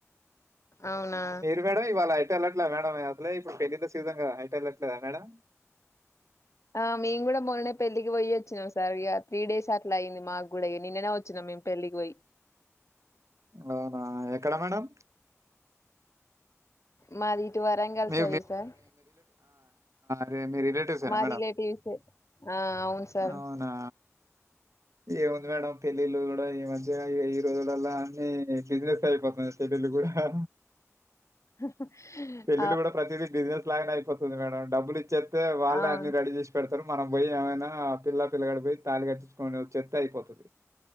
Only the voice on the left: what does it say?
అవునా
ఆ మేము కూడా మొన్ననే పెళ్ళలికి పోయి వచ్చినాం సార్ ఇక త్రీ డేస్ అట్లా అయ్యింది మాకు కూడా ఇ నిన్ననే వచ్చినాం పళ్లికుయి
మాదిటు వరంగల్
సైడ్ సార్
మా
రిలేటివ్స్ ఆ అవును సార్
<inaudible>
అవును